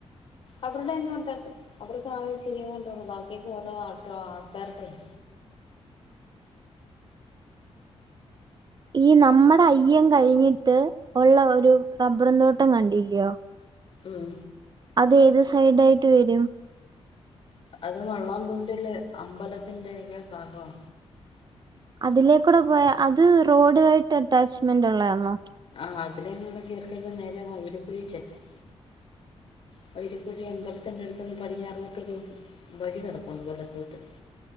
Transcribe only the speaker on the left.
അവരുടെയൊന്നും അല്ലത് അവർക്ക് ആകെ ഇച്ചിരിയെങ്ങാണ്ടെ ഉള്ളു ബാക്കി ഒക്കെ ഓരോ ആ ആൾക്കാരുടെയാ
ഉം
അത് വള്ളതുണ്ടിലെ അമ്പലത്തിന്റെക്കെ ഭാഗവാ
ആഹ് അതിലെ എങ്ങാണ്ട് കേറി കഴിഞ്ഞാ നേരെ ആയിര പുഴേ ചെല്ലാം വയ്രക്കുഴി അമ്പലത്തിന്റെ അടുത്ത്ന്ന് പടിഞ്ഞാറോട്ടൊരു വഴി കെടപ്പുണ്ട് വലത്തോട്ട്